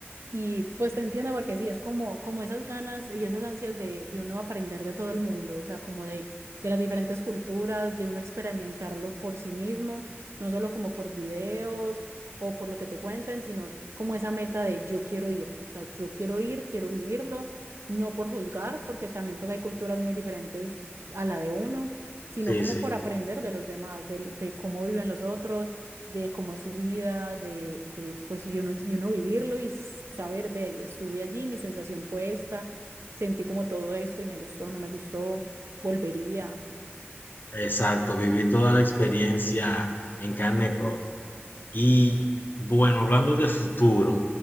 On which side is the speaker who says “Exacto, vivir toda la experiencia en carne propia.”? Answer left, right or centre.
Left